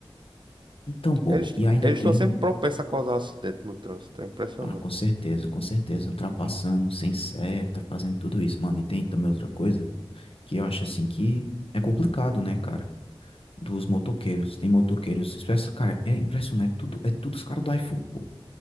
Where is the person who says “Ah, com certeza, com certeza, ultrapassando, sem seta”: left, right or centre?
Left